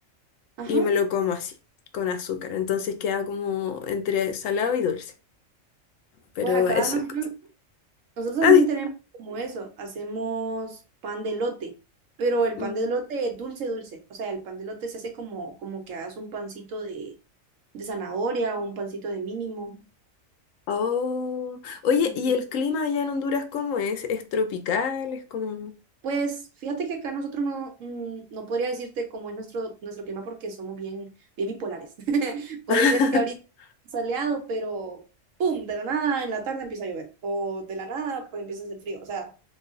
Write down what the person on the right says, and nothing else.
Ajá.
Pues acá
nosotros,
nosotros
también tenemos como eso, hacemos pan de elote, pero el
pan de elote es dulce, dulce. O sea, el pan de elote se hace como, como que hagas un pancito de, de zanahoria o un pancito de mínimo.
<laughs>
Pues fíjate que acá nosotros no, mm, no podría decirte cómo es nuestro, nuestro clima porque somos bien, bien bipolares. <laughs> Puede
ser que ahorita soleado, pero ¡pum! De la nada en la tarde empieza a llover o de la nada pues empieza a hacer frío. O sea,